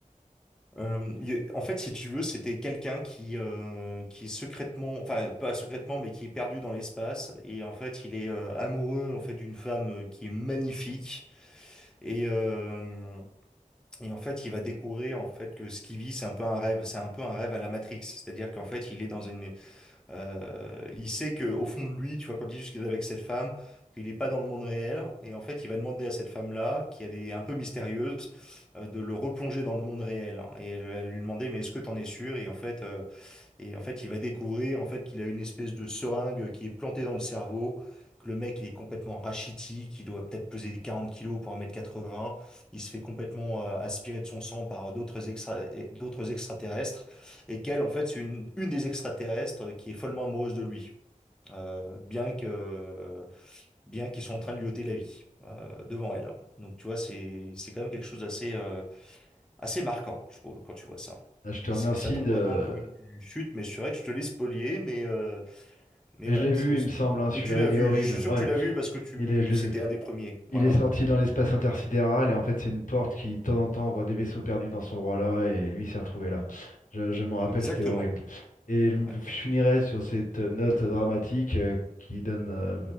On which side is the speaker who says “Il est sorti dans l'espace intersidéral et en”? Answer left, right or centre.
Left